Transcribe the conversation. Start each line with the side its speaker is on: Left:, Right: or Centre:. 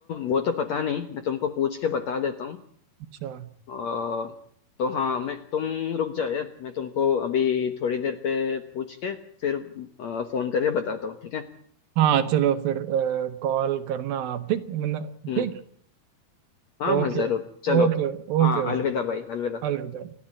Left: वो तो पता नहीं मैं तुमको पूछ के बता देता हूँ
Right: अच्छा
Left: अ, तो हाँ मैं तुम रुक जाओ यार मैं तुमको अभी थोड़ी देर पे पूछ के फिर अ, फोन करके बताता हूँ ठीक है
Right: हाँ चलो फिर कॉल करना आप ठीक मतलब
Left: हम्म
Right: ठीक
Left: हाँ
Right: ओके
Left: हाँ जरूर चलो
Right: ओके
Left: हाँ
Right: Okay okay
Left: अलविदा भाई अलविदा
Right: अलविदा